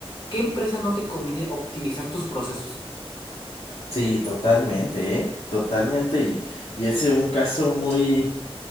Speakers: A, on the left (about 55°); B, on the left (about 80°).
A: qué empresa no te conviene optimizar tus procesos.
B: Sí, totalmente, ¿eh? Totalmente. Y, y ese es un caso muy.